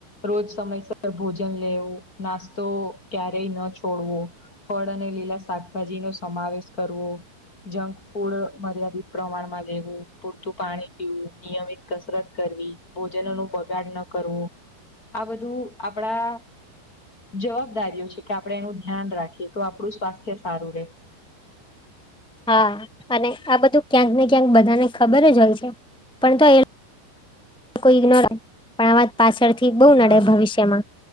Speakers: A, on the left (about 25°); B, in the centre.
A: રોજ સમયસર ભોજન લેવું નાસ્તો ક્યારેય ન છોડવો ફળ અને લીલા શાકભાજી નો સમાવેશ કરવો. જંક ફૂડ મર્યાદિત પ્રમાણમાં લેવું પૂરતું પાણી પીવું નિયમિત કસરત કરવી ભોજન નું બગાડ ન કરવું. આ બધું આપડા જવાબદારીઓ છે કે આપણે એનું ધ્યાન રાખીએ તો આપડું સ્વાસ્થ્ય સારું રહેે.
B: હા અને આ બધું ક્યાંક ને ક્યાંક બધાને ખબર જ હોય છે પણ તો એ કોઈ ઈગ્નોર પણ આવા પાછળ થી બહું
A: હા
B: નડે ભવિષ્યમાં.